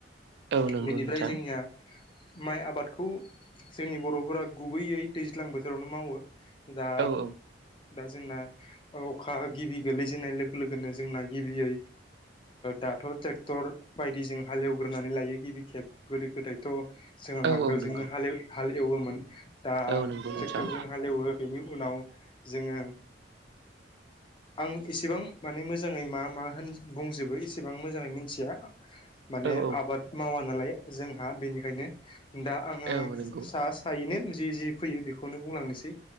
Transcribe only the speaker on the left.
बेनिफ्राय
जोंनिया माइ आबादखौ जोंनि बर'फोरा गुबैयै दैज्लां बोथोरावनो मावो दा
दा जोंना अखा गिबि गोलैजेननाय लो गोनो जोंना गिबियै दाथ' ट्रेक्टर बायदि जों हालेवग्रोनानै लायो। बि खेब गोदो गोदायथ' जोङो नांगोलजोंनो
हालेव हाल एवोमोन दा
ट्रेक्टरजों
हालेवो बेनि उनाव जोङो आं इसेबां माने मोजाङै मा मा होन बुंजोबो एसेबां मोजाङै मिथिया माने
आबाद मावा नालाय जोंहा बेनिखायनो दा आङो
सा सायैनो जि जि फैयो बेखौनो बुंलांनोसै